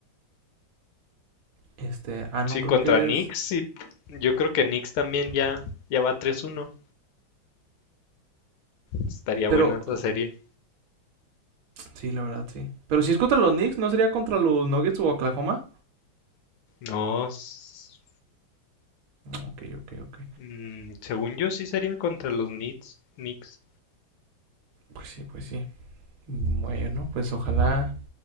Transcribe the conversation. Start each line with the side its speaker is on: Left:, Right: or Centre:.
Right: Este, ah, no,
Left: Sí,
Right: creo
Left: contra
Right: que
Left: Knicks
Right: es...
Left: y yo creo que Knicks también ya, ya va tres uno Estaría
Right: Pero,
Left: buena esa serie.
Right: sí, la verdad, sí. Pero si es contra los Knicks, ¿no sería contra los Nuggets o Oklahoma?
Left: No, s-
Right: Ok, ok, ok.
Left: mm, según yo sí sería contra los Knicks. Knicks.
Right: Pues sí, pues sí. Bueno, pues ojalá,